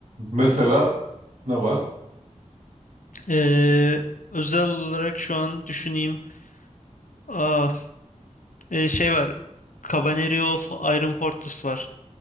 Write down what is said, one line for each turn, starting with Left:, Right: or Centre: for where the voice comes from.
Right: Mesela ne var?
Left: Ee, özel olarak şu an düşüneyim. Aa, e, şey var. Cavalry of Iron Fortress var.